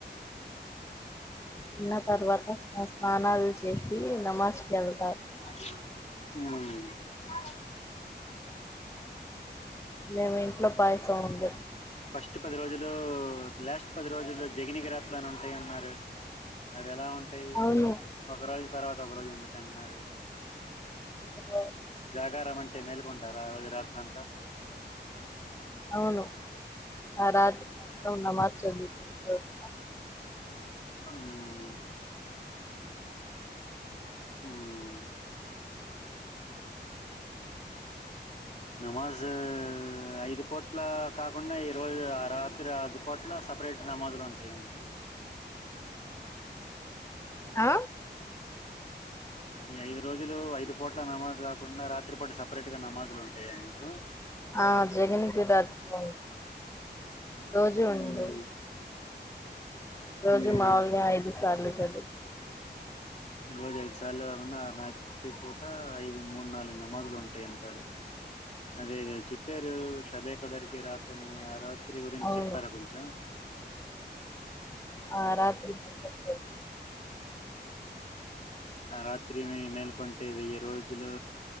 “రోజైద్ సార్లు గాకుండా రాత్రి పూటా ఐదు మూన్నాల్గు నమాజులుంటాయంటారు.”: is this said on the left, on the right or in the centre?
Left